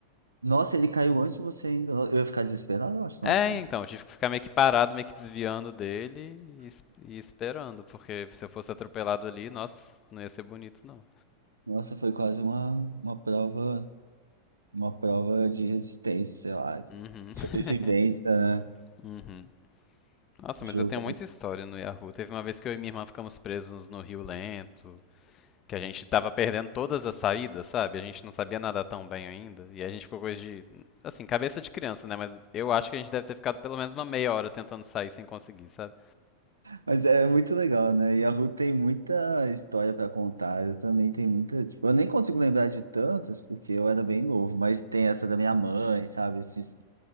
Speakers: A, on the right; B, on the left.
A: Nossa, ele caiu antes de você ainda. Eu ia ficar desesperado, eu acho,
B: É,
A: não, também.
B: então, tive que ficar meio que parado, meio que desviando dele e, es- e esperando, porque se eu fosse atropelado ali, nossa, não ia ser bonito, não.
A: Nossa, foi quase uma, uma prova, uma prova de resistência, sei lá, de
B: Uhum.
A: sobrevivência,
B: <laughs>
A: né?
B: Uhum. Nossa,
A: Jogar.
B: mas eu tenho muita história no Yahoo. Teve uma vez que eu e minha irmã ficamos presos no Rio Lento, que a gente tava perdendo todas as saídas, sabe? A gente não sabia nadar tão bem ainda, e a gente ficou coisa de, assim, cabeça de criança, né? Mas eu acho que a gente deve ter ficado pelo menos uma meia hora tentando sair sem conseguir, sabe?
A: Mas é muito legal, né? E a Ru tem muita história para contar. Eu também tenho muita, tipo, eu nem consigo lembrar de tantas, porque eu era bem novo, mas tem essa da minha mãe, sabe? Esses